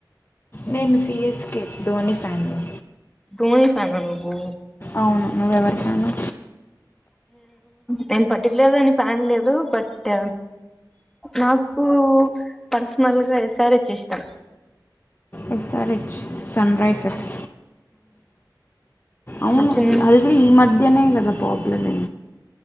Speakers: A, on the left; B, in the centre.
A: నేను సియస్కె ధోని ఫ్యాన్ ని
B: ధోని ఫ్యాన్ ఆ నువ్వు
A: అవును నువ్వెవరి ఫ్యాను
B: నేను పర్టికులర్ గా ఫ్యాన్ లేదు బట్ నాకు పర్సనల్ గా యెస్ ఆర్ హెచ్ ఇష్టం
A: S R H Sunrisers అవును
B: నా చిన్న
A: అది కూడా ఈ మధ్యనే కథా ప్రాబ్లమే